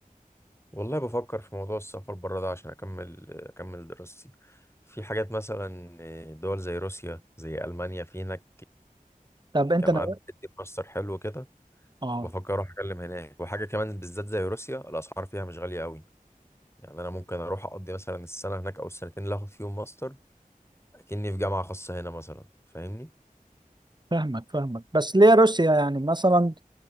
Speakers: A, on the left; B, on the right.
A: والله بفكر في موضوع السفر بره ده عشان أكمل أكمل دراستي في حاجات مثلا آه، دول زي روسيا زي ألمانيا في هناك
B: طب انت
A: جامعات
B: ناوي
A: بتدي ماستر حلو كده
B: اه
A: بفكر أروح أتكلم هناك وحاجة كمان بالذات زي روسيا الأسعار فيها مش غالية أوي يعني أنا ممكن أروح أقضي مثلا السنة هناك أو السنتين اللي آخد فيهم ماستر أكني في جامعة خاصة هنا مثلا فاهمني
B: فاهمك فاهمك بس ليه روسيا يعني مثلا